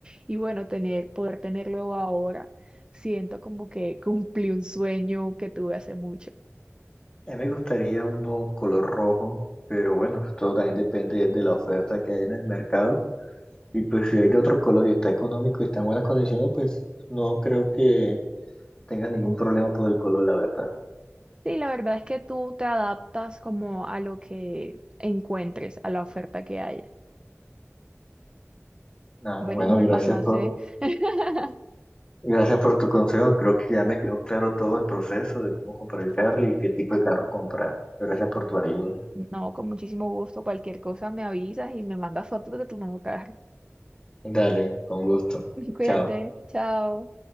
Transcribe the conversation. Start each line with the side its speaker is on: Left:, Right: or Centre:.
Right: Y bueno, tener, poder tenerlo ahora, siento como que cumplí un sueño que tuve hace mucho.
Left: A mí me gustaría uno color rojo, pero bueno, todo también depende de la oferta que hay en el mercado. Y pues si hay de otro color y está económico y está en buenas condiciones, pues no creo que tenga ningún problema por el color, la verdad.
Right: Sí, la verdad es que tú te adaptas como a lo que encuentres, a la oferta que haya.
Left: Ah,
Right: Bueno,
Left: bueno,
Right: Holman,
Left: gracias
Right: no
Left: por,
Right: sé, <laughs>
Left: gracias por tu consejo. Creo que ya me quedó claro todo el proceso de cómo comprar el carro y qué tipo de carro comprar. Gracias por tu ayuda.
Right: no, con muchísimo gusto, cualquier cosa me avisas y me mandas fotos de tu nuevo carro.
Left: Dale, con gusto.
Right: <laughs> Cuídate,
Left: Chao.
Right: chao.